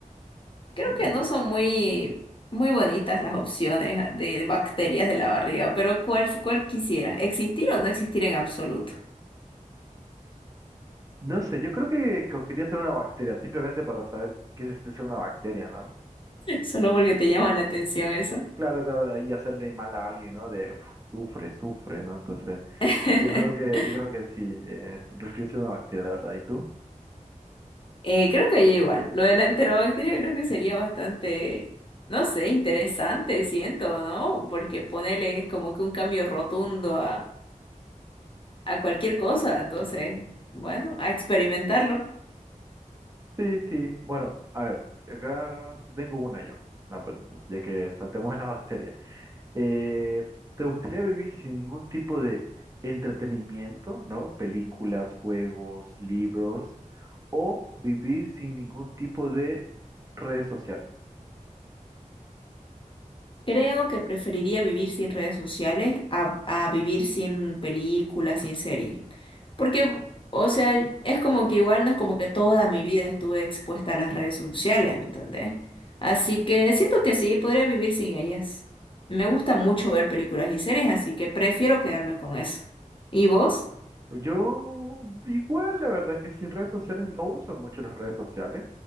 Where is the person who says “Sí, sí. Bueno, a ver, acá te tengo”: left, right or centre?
Right